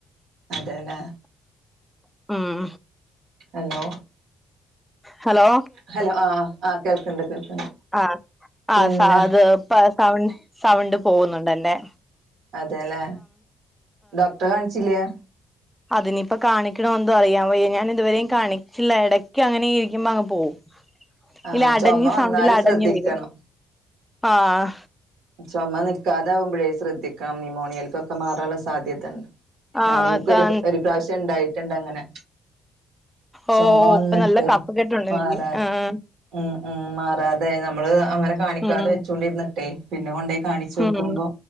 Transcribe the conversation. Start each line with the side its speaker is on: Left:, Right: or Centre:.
Right: അതെല്ലേ
Centre: ഉം
Right: ഹലോ
Centre: ഹലോ
Right: ഹലോ ആഹ് കേൾക്ക്ണ്ട് കേൾക്ക്ണ്ട്
Centre: ആഹ്
Right: പിന്നെ
Centre: ആഹ് സ അത് സൗണ്ട് സൗണ്ട് പോവുന്നുണ്ടല്ലെ
Right: അതെല്ലേ ഡോക്ടറെ കാണിച്ചില്ല്യാ
Centre: അതിനിപ്പ കാണിക്കണോ എന്തോ അറിയാൻ വയ്യ ഞാൻ ഇതുവരെയും കാണിച്ചില്ല എടയ്ക്ക് അങ്ങനെ ഇരിക്കുമ്പോ അങ്ങ് പോവും
Right: ആഹ്
Centre: ഇല്ല അടഞ്ഞി
Right: ചുമ വന്നാല്
Centre: സൗണ്ടില് അടഞ്ഞ്
Right: ശ്രദ്ധിക്കണം
Centre: വരും ആഹ്
Right: ചുമ നിൽക്കാതെ ആകുമ്പഴേ ശ്രദ്ധിക്കണം ന്യൂമോണിയയിലൊക്കെ മാറാനുള്ള സാധ്യതണ്ട്
Centre: ആഹ്
Right: ഞാന് ഇൻക്കൊരു
Centre: അതാ
Right: ഒരു പ്രാവശ്യം ഇണ്ടായിട്ടുണ്ട് അങ്ങനെ
Centre: ഓ
Right: ചൊമ വന്നിട്ട്
Centre: ഇപ്പൊ നല്ല കഫക്കെട്ടുണ്ട്
Right: മാറാതെ
Centre: എനിക്ക് ആഹ്
Right: ഉം ഉം മാറാതെ നമ്മള് അങ്ങനെ കാണിക്കാതെ
Centre: ഉം
Right: വെച്ചോണ്ടിരുന്നിട്ടെ പിന്നെ കൊണ്ടോയി കാണിച്ചു നോക്കുമ്പോ
Centre: ഉം